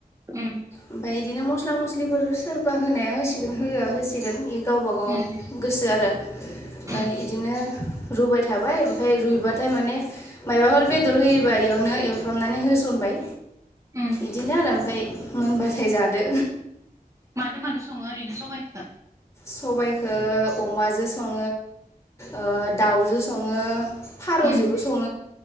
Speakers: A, on the right; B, on the left.
A: उम
B: ओमफाय इदिनो मस्ला मस्लिफोर सोरबा होनाया होसिगोन होआ होसिगोन बे गावबा गाव गोसो
A: उम
B: आरो ओमफाय
A: उम
B: इदिनो रुबाय थाबाय ओमफाय रुइबाथाय माने मायबाफोर बेदर होयोबा इयावनो एवफ्रामनानै होसनबाय
A: उम
B: इदिनो आरो ओमफाय मोनबाथाय जादो।
A: मादो मादो सङो ओरैनो सबाइखो?
B: सबायखो अमाजों सङो ओ दाउजो सङो फारौजोंबो
A: उम
B: सङो